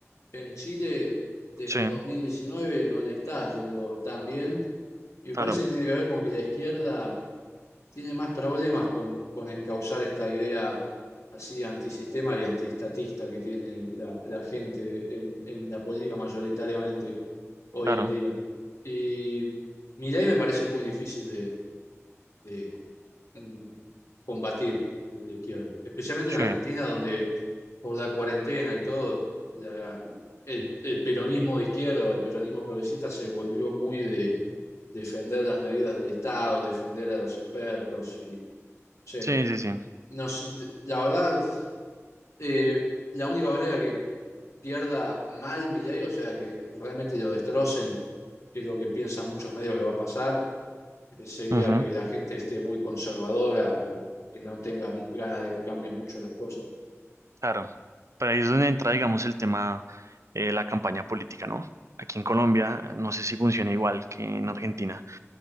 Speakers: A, on the left (about 70°); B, on the right (about 75°).
A: en Chile desde
B: sí,
A: 2019 no le está yendo tan bien, y me
B: claro,
A: parece que tiene que ver con que la izquierda tiene más problemas con, con encauzar esta idea así antisistema y antiestatista que tiene la, la gente en, en la política mayoritariamente hoy
B: claro,
A: en día. Y Milei me parece muy difícil de, de, mm, combatir de la izquierda, especialmente
B: sí,
A: en Argentina, donde por la cuarentena y todo, la- el, el peronismo de izquierda o el peronismo progresista se volvió muy de defender las medidas del Estado, defender a los expertos y Sí,
B: sí, sí, sí,
A: no sé, la verdad, eh, la única manera que pierda mal Milei, o sea, que realmente lo destrocen, que es lo que piensan muchos medios que va a pasar, eh, sería
B: ujú,
A: que la gente esté muy conservadora o, o que no tenga mu- ganas de que cambien mucho las cosas.
B: claro. Pero ahí es donde entra, digamos, el tema, eh, la campaña política, ¿no? Aquí en Colombia, no sé si funciona igual que en Argentina